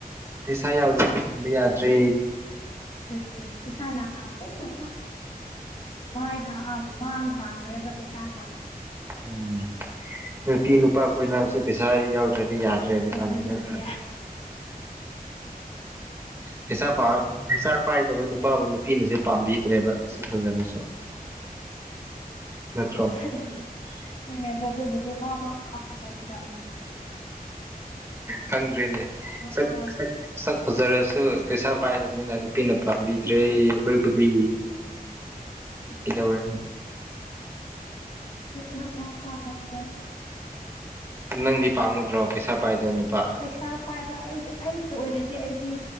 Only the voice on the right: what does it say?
ꯄꯩꯁꯥ ꯌꯥꯎꯗꯅ ꯍꯤꯡꯕ ꯌꯥꯗ꯭ꯔꯦ꯫
ꯎꯝ ꯅꯨꯄꯤ ꯅꯨꯄꯥ ꯀꯨꯏꯅꯁꯨ ꯄꯩꯁꯥ ꯌꯥꯎꯗ꯭ꯔꯗꯤ ꯌꯥꯗ꯭ꯔꯦ ꯍꯧꯖꯤꯛꯀꯥꯟꯗꯤ
ꯅꯠꯇ꯭ꯔ꯫ ꯄꯩꯁꯥ ꯄꯩꯁꯥ ꯄꯥꯏꯗꯕ ꯅꯨꯄꯥꯕꯨ ꯅꯨꯄꯤꯅꯁꯨ ꯄꯥꯝꯕꯤꯗ꯭ꯔꯦꯕ ꯁꯛ ꯐꯖꯔꯁꯨ꯫ ꯅꯠꯇ꯭ꯔꯣ
ꯈꯪꯗ꯭ꯔꯦꯅꯦ
ꯁꯛ ꯁꯛ꯫ ꯁꯛ ꯐꯖꯔꯁꯨ ꯄꯩꯁꯥ ꯄꯥꯏꯗꯝꯅꯤꯅ ꯅꯨꯄꯤꯅ ꯄꯥꯝꯕꯤꯗ꯭ꯔꯦ꯫ ꯑꯩꯕꯨꯗꯤ
ꯀꯩꯗꯧꯔꯦ꯫
ꯅꯪꯗꯤ ꯄꯥꯝꯒꯗ꯭ꯔꯣ ꯄꯩꯁꯥ ꯄꯥꯏꯗꯕ ꯅꯨꯄꯥ꯫